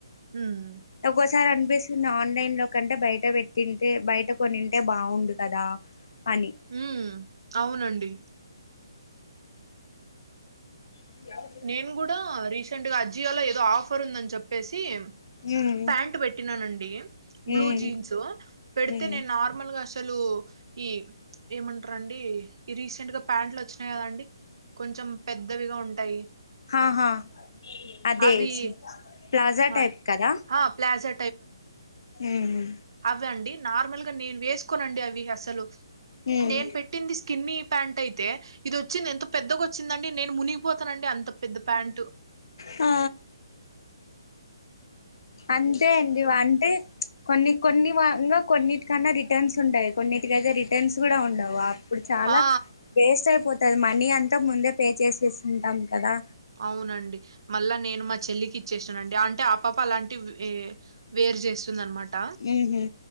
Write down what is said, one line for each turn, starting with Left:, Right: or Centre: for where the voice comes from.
Right: ఉమ్
Left: ఒక్కోసారి అనిపిస్తుంది ఆన్లైన్ లో కంటే బయట పెట్టింటే బయట కొనింటే బాగుండు కదా పని
Right: ఉమ్ అవునండి
Left: హ్లో
Right: నేను గూడా రీసెంట్ గా అజ్జియోలో ఏదో ఆఫర్ ఉందన్ చెప్పేసి
Left: ఉమ్
Right: ప్యాంట్ పెట్టినానండి బ్లూ
Left: ఉమ్
Right: జీన్స్ పెడితే
Left: ఉమ్
Right: నేను నార్మల్ గా ష్ అసలు ఈ ఏమంటరండి ఈ రీసెంట్ గా ప్యాంట్లు వచ్చినాయి కదండి కొంచెం పెద్దవిగా ఉంటాయి
Left: హాహా అదే
Right: అవి
Left: ట్స్ ప్లాజా
Right: ఆ
Left: టైప్ కదా
Right: ఆ ప్లాజా
Left: ఉహ్ హ్
Right: అవ్వాండి నార్మల్ గా నేను వేసుకోనండి అవి అసలు
Left: ఉమ్
Right: నేను పెట్టింది స్ కిన్నీ ప్యాంట్ అయితే ఇదొచ్చింది ఎంత పెద్దగొచ్చిందండి నేను మునిగిపోతానండి అంత పెద్ద ప్యాంటు
Left: ఆ అంతే అండి వంటే కొన్ని కొన్ని వా ఇంగా కొన్నిటికన్నా రిటర్న్స్ ఉంటయి కొన్నిటికయితే రిటర్న్స్ గూడా ఉండవాప్ ప్పుడు చాలా
Right: ఆ
Left: వేస్ట్ అయిపోతది మనీ అంతా ముందే పే చేసేసిసుంటాం కదా
Right: అవునండి మళ్ళా నేను మా చెల్లికి ఇచ్చేసానండి అంటే ఆపాప అలాంటి వే వేరు చేస్తుందనమాట
Left: ఉహు